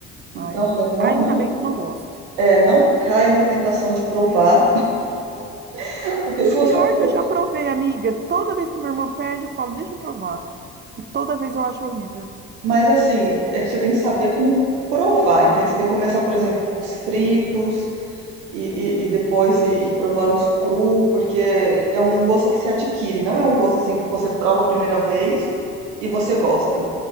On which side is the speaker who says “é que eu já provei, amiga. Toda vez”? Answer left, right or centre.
Right